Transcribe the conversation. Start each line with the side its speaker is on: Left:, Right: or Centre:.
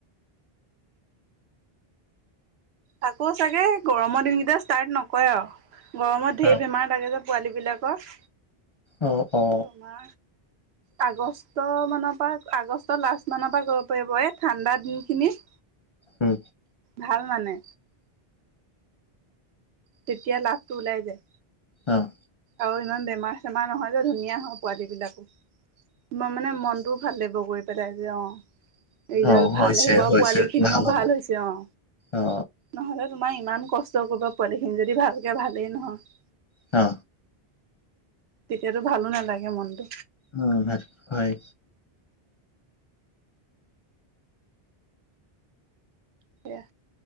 Right: আকৌ চাগে গৰমৰ দিনকেইটা ষ্টাৰ্ট নকৰে আৰু গৰমত ঢেৰ
Left: অ
Right: বেমাৰ লাগে যে। পোৱালিবিলাকৰ।
Left: অ অ
Right: মা আগষ্ট মানৰ পা আগষ্টৰ লাষ্ট মানৰ পা কৰিব পাৰিব এই ঠাণ্ডা দিনখিনি- <unintelligible>
Left: উম
Right: ভাল মানে- তেতিয়া লাভটো ওলাই যায়
Left: উম
Right: আৰু ইমান বেমাৰ চেমাৰ নহয় যে, ধুনীয়া হয় পোৱালী বিলাকো। তোমাৰ মানে মনটোও ভাল লাগিব গৈ পেলাই যে অঁ। ৰিজাল্ট
Left: অ হৈছে
Right: ভাল আহিব
Left: হৈছে
Right: পোৱালি খিনিও ভাল
Left: হ'ব
Right: হৈছে অঁ।
Left: অ
Right: নহলে তোমাৰ ইমান কষ্ট কৰিব, পোৱালি খিনি যদি ভালকে ভালেই নহয়।
Left: অ
Right: তেতিয়াতো ভালো নেলাগে মনটো
Left: উম ভাত হয়
Right: সেয়া